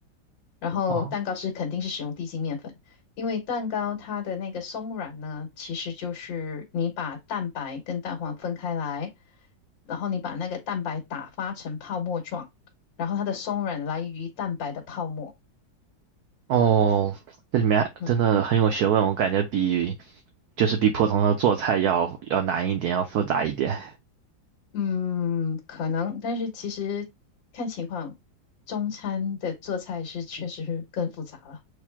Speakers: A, on the left; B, on the right.
A: 然后蛋糕是肯定是使用低筋面粉，
B: 哦
A: 因为蛋糕它的那个松软呢，其实就是你把蛋白跟蛋黄分开来，然后你把那个蛋白打发成泡沫状，然后它的松软来源于蛋白的泡沫。
B: 哦，这里面真的很有学问，
A: 嗯。
B: 我感觉比就是比普通的做菜要要难一点，要复杂一点。
A: 嗯，可能，但是其实看情况，中餐的做菜是确实是更复杂了。